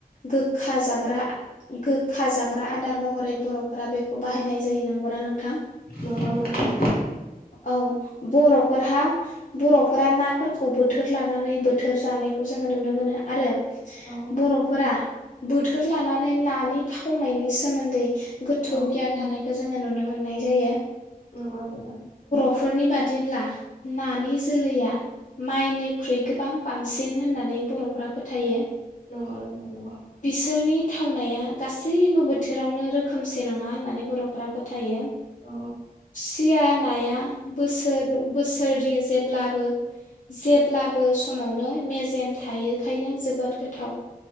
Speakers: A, on the left (about 55°); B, on the left (about 75°).
A: गोखा जाग्रा गोखा जाग्रा आदार महरै बर' फोरा बेखौ बाहायनाय
B: औ
A: जायो नंगौ ना नों? नोंथां।
B: नंगौ नोंथां नंगौ
A: औ बर' फोरहा बर'फोरा नाफोरखौ बोथोर लानानै बोथोर जानायखौ जोङो नुनो मोनो आरो
B: औ
A: बर'फोरा बोथोर लानानै नानि थावनायनि सोमोन्दै गोथौ
B: औ
A: गियान थानायखौ जो जोङो नुनो मोननाय जायो।
B: नंगौ नोंथां।
A: फोरनि बादिब्ला नानि जोलैया माइनिख्रुइ गोबां बांसिन होननानै बर'फ्रा फोथायो।
B: नंगौ नोंथां नंगौ।
A: बिसोरनि थावनाया गासैबो बोथोरावनो रोखोमसे नङा होननानै बर'फोरा फोथायो।
B: औ
A: सिया नाया बोसोर
B: उम
A: बोसोरि जेद ब्लाबो जेब्लाबो समावनो मेजेम थायोखायनो जोबोद गोथाव।